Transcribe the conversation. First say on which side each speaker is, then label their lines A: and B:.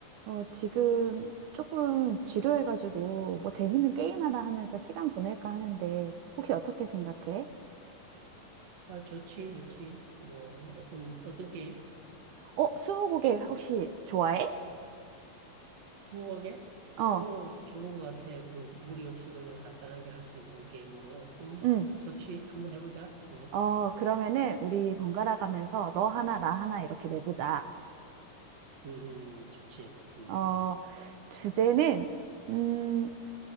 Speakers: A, on the right (about 75°); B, on the right (about 55°).
A: 어, 지금 조금 지루해가지고, 뭐 재밌는 게임 하나 하면서 시간 보낼까 하는데, 혹시 어떻게 생각해?
B: 아, 좋지, 좋지. 뭐, 어떤, 어떤 게임?
A: 어, 스무고개 혹시 좋아해?
B: 스무고개?
A: 어,
B: 어, 좋은 것 같아. 그, 무리 없이 그냥 간단하게 할 수 있는 게임으로. 음,
A: 응.
B: 좋지. 한번 해보자. 어,
A: 어, 그러면은 우리 번갈아 가면서 너 하나, 나 하나 이렇게 내보자.
B: 음, 음, 좋지. 음.
A: 어, 주제는, 음,